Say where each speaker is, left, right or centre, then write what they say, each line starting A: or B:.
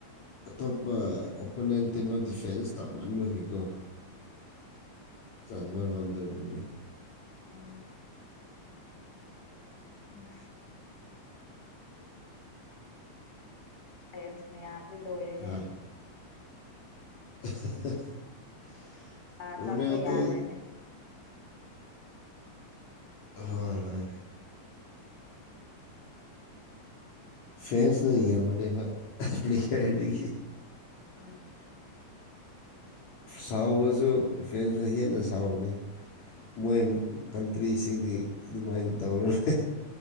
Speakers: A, on the left (about 55°); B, on the left (about 30°).
A: ꯑꯇꯣꯞꯄ ꯑꯣꯄꯣꯅꯦꯟꯇ ꯇꯤꯝꯅ ꯗꯤꯐꯦꯟꯁ ꯇꯧꯃꯟꯕꯒꯤꯀꯣ ꯆꯟꯕ ꯉꯝꯗꯕꯅꯤ
B: ꯎꯝ ꯎꯝ ꯄꯔꯦꯟꯁ <inaudible> ꯃꯌꯥꯝꯁꯦ ꯂꯣꯏꯔꯦꯅꯦ
A: ꯍꯥ <unintelligible>
B: ꯆꯥ
A: ꯔꯣꯅꯦꯜꯗꯣ
B: ꯆꯪꯕ ꯌꯥꯗ꯭ꯔꯦꯅꯦ
A: ꯑꯣꯏ ꯍꯣꯏ ꯍꯣꯏ ꯐꯦꯟꯁꯅ ꯌꯦꯡꯕꯅꯦꯕ ꯄꯂꯦꯌꯦꯔ ꯗꯤ
B: ꯑꯥ
A: ꯁꯥꯎꯕꯁꯨ ꯐꯦꯟꯁꯅ ꯍꯦꯟꯅ ꯁꯥꯎꯕꯅꯤ ꯃꯣꯏ ꯀꯟꯇ꯭ꯔꯤꯁꯤꯡꯗꯤ ꯑꯗꯨꯃꯥꯏꯅ ꯇꯧꯔꯔꯣꯏ